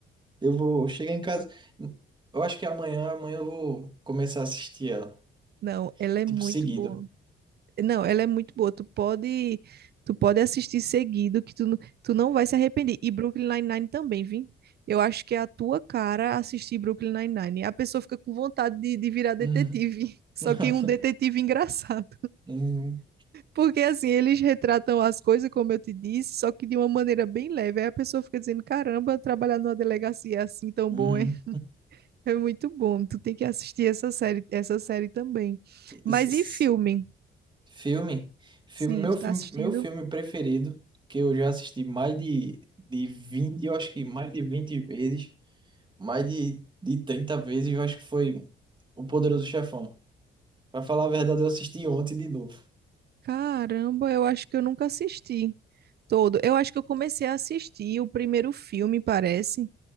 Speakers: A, on the right; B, on the right.
A: Eu vou chegar em casa. Eu acho que amanhã, amanhã eu vou começar a assistir ela.
B: Não, ela é
A: Tipo,
B: muito
A: seguido.
B: boa. Não, ela é muito boa. Tu pode, tu pode assistir seguido, que tu, não- tu não vai se arrepender. E Brooklyn Nine-Nine também, vi. Eu acho que é a tua cara assistir Brooklyn Nine-Nine. A pessoa fica com vontade de, de virar detetive.
A: Uhum.
B: <laughs> Só
A: <laughs>
B: que um detetive engraçado.
A: Uhum.
B: Porque assim, eles retratam as coisas, como eu te disse, só que de uma maneira bem leve. Aí a pessoa fica dizendo: caramba, trabalhar numa delegacia é assim tão
A: Uhum.
B: bom, hein? É muito bom. Tu tem que assistir essa série, essa série também.
A: Esse-
B: Mas
A: esse
B: e filme?
A: Filme, filme,
B: Sim,
A: meu
B: tu
A: filme,
B: tá assistindo.
A: meu filme preferido, que eu já assisti mais de, de 20 eu acho que mais de 20 vezes, mais de, de 30 vezes, eu acho que foi O Poderoso Chefão. Pra falar a verdade, eu assisti ontem de novo.
B: Caramba, eu acho que eu nunca assisti todo. Eu acho que eu comecei a assistir o primeiro filme, parece.